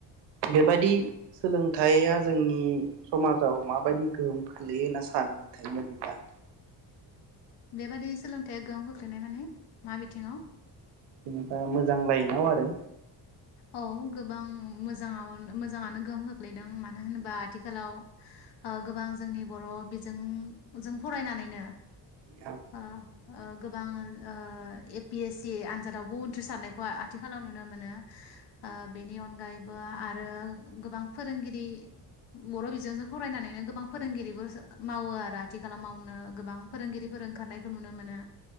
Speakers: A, on the right (about 85°); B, on the left (about 85°).
A: बेबादि सोलोंथाइया जोंनि समाजाव माबायदि गोहोम खोलैयो होन्ना सानो नोंथांनि बादिब्ला?
B: बेबादि सोलोंथाया गोहोम गोख्लैनाय माने मा बिथिङाव?
A: जेनेबा मोजां लायनाव आरो।
B: औ गोबां मोजाङाव मोजाङानो गोहोम खोख्लैदों मानो होनोबा आथिखालाव ओ गोबां जोंनि बर' बिजोंजों फरायनानैनो।
A: औ
B: ओ ओ गोबां ओ ए पि एस सि ए आनजादावबो उ उथ्रिसारनायखौ आ-आथिखालाव नुनो मोनो। <inaudible> ओ बेनि अनगाय बो आरो गोबां फोरोंगिरि बर बिजोंजों फरायनानैनो गोबां फोरोंगिरिबो मावो आरो आथिखालाव मावनो गोबां फोरोंगिरिफोर ओंखारनायखौ नुनो मोनो